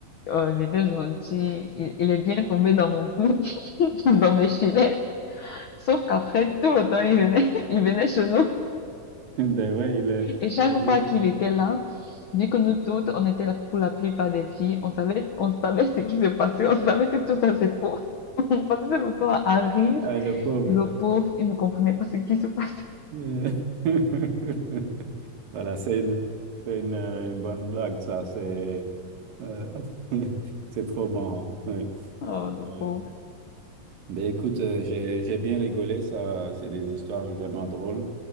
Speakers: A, on the left; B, on the right.
A: euh, il était gentil, il, il est bien tombé dans mon, <laughs> dans mes filets. Sauf qu'après, tout le temps, il venait, <laughs> il venait chez nous.
B: Ben ouais, il est,
A: Et chaque
B: il-
A: fois qu'il était là, vu que nous toutes, on était là pour la plupart des filles, on savait, on savait ce qui se passait, on savait que tout ça c'est faux. <laughs> On passait le temps à rire.
B: euh, le pauvre.
A: Et le pauvre, il ne comprenait pas ce qui se passait.
B: Euh, <laughs> Voilà, c'est une, c'est une, euh, une bonne blague, ça. C'est euh, <laughs> c'est trop marrant. ouais.
A: Oh, le
B: Euh,
A: pauvre.
B: ben écoute, euh, j'ai j'ai bien rigolé. Ça, c'est des histoires vraiment drôles